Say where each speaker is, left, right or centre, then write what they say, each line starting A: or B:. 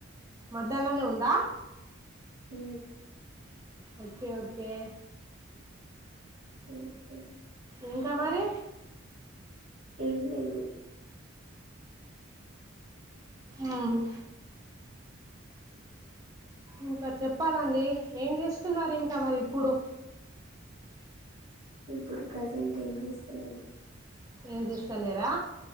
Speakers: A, on the right (about 15°); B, on the right (about 80°).
A: మధ్యాల్లోనె ఉందా.
B: ఊ
A: ఒకె ఒకే
B: ఓకే
A: ఇంక మరి
B: ఏం లేదు.
A: ఆవును. ఇంక చెప్పాలండీ. ఏం చేస్తున్నారు ఇంకా మరి ఇప్పుడు.
B: ఇప్పుడు ప్రసెన్ట్ ఏం చేస్తలేను.
A: ఏం చెస్తలేరా.